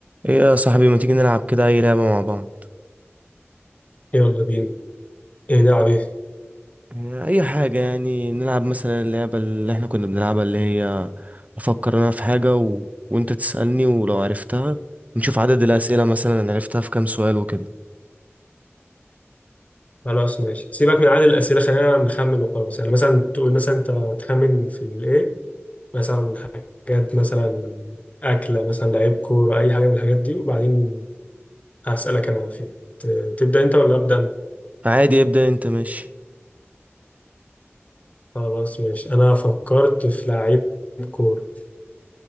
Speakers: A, on the right; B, on the left.
A: ايه يا صاحبي ما تيجي نلعب كده اي لعبة مع بعض
B: يلا بينا ايه نلعب ايه
A: يعني اي حاجة يعني نلعب مثلا اللعبة اللي احنا كنا بنلعبها اللي هي افكر انا في حاجة و... وانت تسألني ولو عرفتها نشوف عدد الأسئلة مثلا أنا عرفتها في كام سؤال وكده
B: خلاص ماشي سيبك من عدد الاسئله خلينا نخمن وخلاص يعني مثلا تقول مثلا انت تخمن في الايه مثلا حاجات مثلا اكله مثلا لعيب كوره اي حاجه من الحاجات دي وبعدين هسالك انا فيها ت- تبدا انت ولا ابدا انا
A: عادي ابدأ انت ماشي
B: خلاص ماشي انا فكرت في لعيب كوره